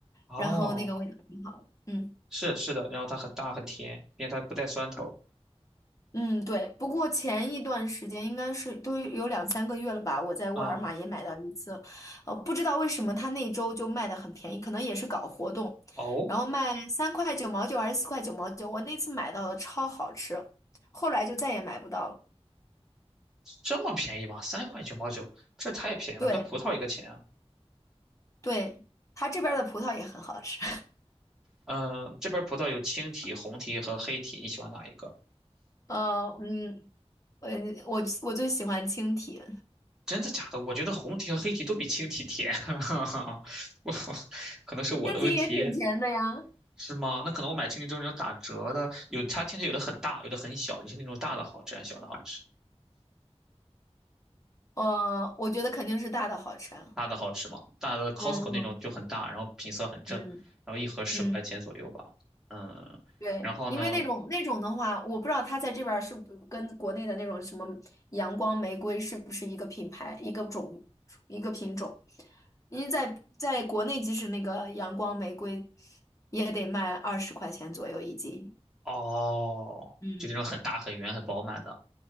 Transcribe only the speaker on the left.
然后那个味道挺好的嗯
嗯，对。不过前一段时间应该是都有两三个月了吧，我在沃尔玛也买到一次，
呃，不知道为什么它那周就卖的很便宜，可能也是搞活动，
然后卖三块九毛九还是四块九毛九，我那次买到的超好吃，后来就再也买不到了。
对
对，它这边儿的葡萄也很好吃。
呃，嗯，我我我最喜欢青提，
青提也挺甜的呀。
呃，我觉得肯定是大的好吃啊
嗯
嗯
嗯嗯，
对，
因为那种那种的话，我不知道它在这边儿是不跟国内的那种什么阳光玫瑰是不是一个品牌、一个种、一个品种。因为在在国内，即使那个阳光玫瑰也得卖二十块钱左右一斤。
嗯，